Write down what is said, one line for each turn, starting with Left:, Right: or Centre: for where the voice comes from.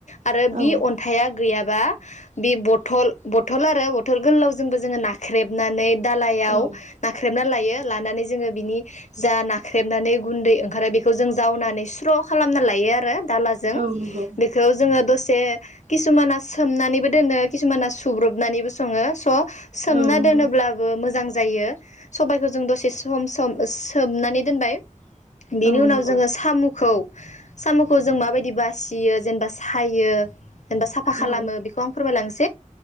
Left: आरो बि
Right: औ
Left: अन्थाया गैयाब्ला बे बथल, बथल आरो बथल गोलावजोंबो जोङो नाख्रेबनानै दालायाव
Right: औ
Left: नाख्रेबना लायो। <unintelligible> लानानै जोङो बिनि <unintelligible> <unintelligible> गुन्दै ओंखारो बेखौ जों जावनानै स्र' खालामना लायो आरो। दालाजों
Right: औ नंगौ
Left: बेखौ जोङो दसे जे किसुमाना सोमनानैबो दोनो किसुमाना सुबुब्रबनानैबो सङो स' सोमना
Right: औ नंगौ
Left: दोनोब्लाबो मोजां जायो। जायो सबायखौ जों दसे सम -सम -सोमनानै दोनबाय बेनि
Right: औ
Left: उनाव
Right: नंगौ
Left: जोङो सामुखौ साम'खौ जों माबायदि बासियो जेनेबा सायो जेनेबा साफा खालामो
Right: औ
Left: बेफोरखौ आं फोरमायलांनोसै